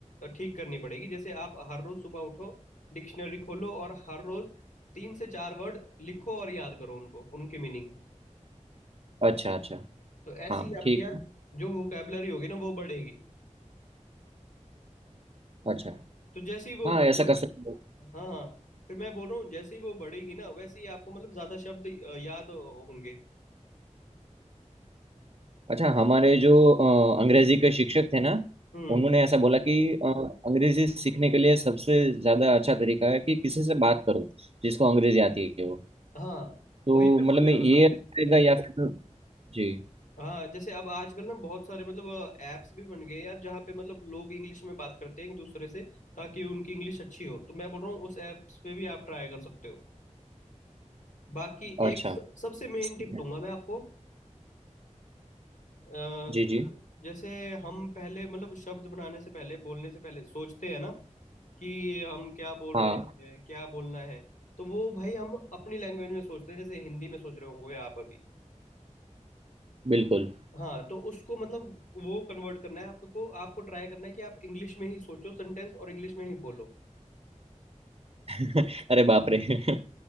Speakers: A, on the left (about 80°); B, on the right (about 45°).
A: ठीक करनी पड़ेगी जैसे आप हर रोज सुबह उठो डिक्शनरी खोलो और हर रोज तीन से चार वर्ड लिखो और याद करो उनको उनकी मीनिंग
B: अच्छा अच्छा
A: तो ऐसी
B: हाँ
A: ही आपकी
B: ठीक
A: यार
B: है
A: जो वोकेबलरी होगी ना वो बढ़ेगी
B: अच्छा
A: तो जैसे ही वो
B: हाँ
A: बढ़ेगी
B: ऐसा कर सकते हैं
A: हाँ हाँ फिर मैं बोल रहा हूँ जैसे ही वो बढ़ेगी ना वैसे ही आपको मतलब ज्यादा शब्द अ, याद होंगे
B: अच्छा हमारे जो अ, अंग्रेजी के शिक्षक थे ना
A: हम्म
B: उन्होंने ऐसा बोला कि अ, अंग्रेजी सीखने के लिए सबसे ज़्यादा अच्छा तरीका है कि किसी से बात करो जिसको अंग्रेजी आती है वो
A: हाँ
B: तो
A: वही मैं
B: मतलब
A: बोलने
B: मैं
A: वाला
B: ये
A: था
B: रहेगा या फिर जी
A: हाँ जैसे अब आजकल ना बहुत सारे मतलब ऐप्स भी बन गए यार जहाँ पे मतलब लोग इंग्लिश में बात करते हैं एक दूसरे से ताकि उनकी इंग्लिश अच्छी हो तो मैं बोल रहा हूँ उस ऐप्स पे भी आप ट्राई कर सकते हो बाकी
B: अच्छा
A: एक स- सबसे मेन
B: सही
A: टिप
B: है।
A: दूंगा मैं आपको अ,
B: जी जी
A: जैसे हम पहले मतलब शब्द बनाने से पहले बोलने से पहले सोचते हैं ना कि हम क्या बोल
B: हाँ
A: रहे हैं क्या बोलना है तो वो भाई हम अपनी लैंग्वेज में सोचते हैं जैसे हिंदी में सोच रहे होंगे आप अभी
B: बिल्कुल
A: हाँ तो उसको मतलब वो कन्वर्ट करना है आपको आपको ट्राई करना है कि आप इंग्लिश में ही सोचो सेंटेंस और इंग्लिश में ही बोलो
B: <laughs> अरे बाप रे <laughs>